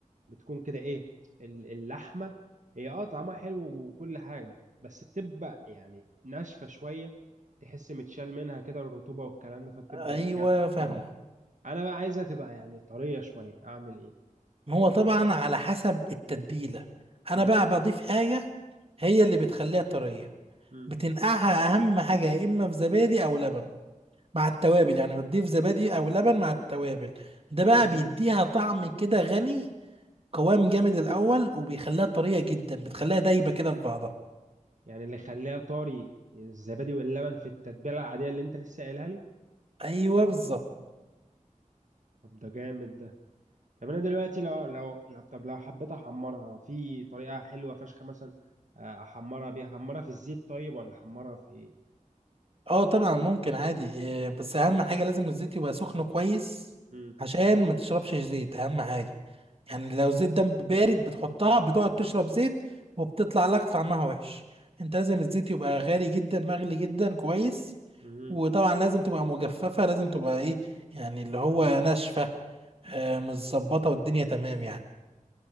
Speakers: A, on the right (about 65°); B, on the right (about 45°).
A: بتكون كده ايه ال- اللحمه هي اه طعمها حلو وكل حاجه بس بتبقى يعني ناشفه شويه تحس متشال منها كده الرطوبه والكلام ده فبتبقى
B: ايوه
A: نا- جا-
B: فاهمه
A: جامده انا بقى عايزها تبقى يعني طريه شويه اعمل ايه
B: ما هو طبعا على حسب التتبيله انا
A: امم
B: بقى بضيف حاجه هي اللي بتخليها طريه
A: امم
B: بتنقعها اهم حاجه يا اما في زبادي او لبن مع التوابل يعني بتضيف زبادي او لبن مع التوابل ده بقى
A: امم
B: بيديها طعم كده غني قوام جامد الاول وبيخليها طريه جدا بتخليها دايبه كده في بعضها
A: يعني اللي يخليها طري الزبادي واللبن في التتبيله العاديه اللي انت لسه قايلها لي
B: ايوه بالظبط
A: طب ده جامد ده طب انا دلوقتي لو لو لو- طب لو حبيت احمرها في طريقه حلوه فشخه مثلا آه، احمرها بيها احمرها في الزيت طيب ولا احمرها في ايه
B: اه طبعا ممكن عادي آه، بس اهم حاجه لازم الزيت يبقى سخن كويس
A: امم
B: عشان ما تشربش زيت اهم حاجه يعني لو الزيت ده بارد بتحطها بتقعد تشرب زيت وبتطلع لك طعمها وحش انت لازم الزيت يبقى غالي جدا مغلي جدا كويس
A: امم
B: وطبعا لازم تبقى مجففة لازم تبقى ايه يعني اللي هو ناشفة آه متظبطة والدنيا تمام يعني